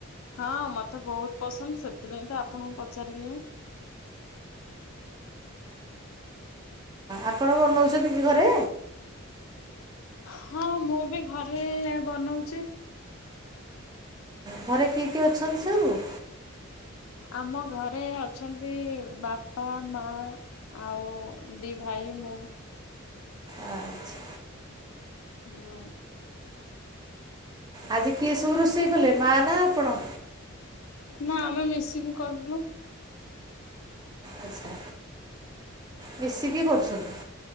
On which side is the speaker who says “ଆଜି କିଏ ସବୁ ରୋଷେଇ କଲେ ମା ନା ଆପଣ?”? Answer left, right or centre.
Right